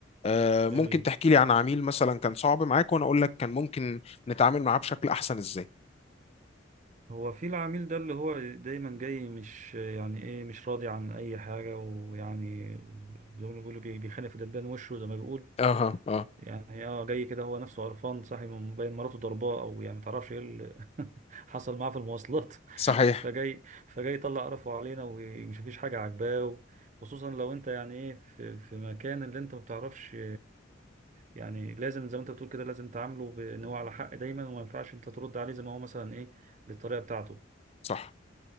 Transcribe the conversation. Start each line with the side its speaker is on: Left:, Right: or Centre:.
Left: آه، ممكن
Right: جميل
Left: تحكي لي عن عميل مثلا كان صعب معاك وانا اقول لك كان ممكن نتعامل معاه بشكل احسن ازاي
Right: هو في العميل ده اللي هو دايما جاي مش يعني ايه مش راضي عن اي حاجه ويعني زي ما بيقولوا بي- بيخانق في دبان وشه زي ما بيقول
Left: اها اه
Right: يعني اه جاي كده هو نفسه قرفان صاحي من بين مراته ضرباه او يعني متعرفش ايه اللي <laughs> حصل معاه في المواصلات
Left: صحيح
Right: <laughs> فجاي فجاي يطلع قرفه علينا ومش فيش حاجه عاجباه خصوصا لو انت يعني ايه في في مكان اللي انت ما بتعرفش يعني لازم زي ما انت بتقول كده لازم تعامله بان هو على حق دايما وما ينفعش انت ترد عليه زي ما هو مثلا ايه بالطريقه بتاعته
Left: صح